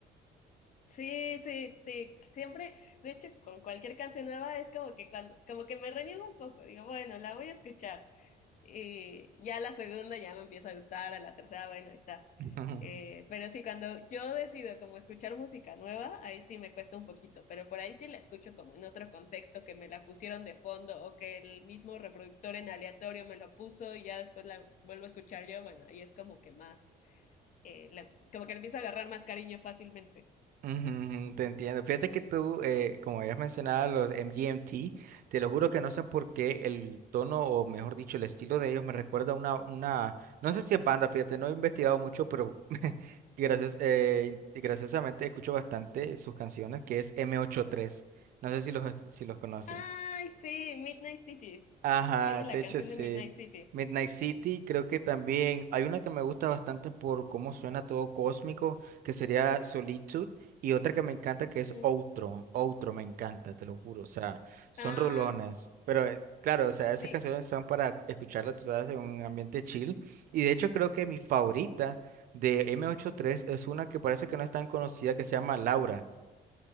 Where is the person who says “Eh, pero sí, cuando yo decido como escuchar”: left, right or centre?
Left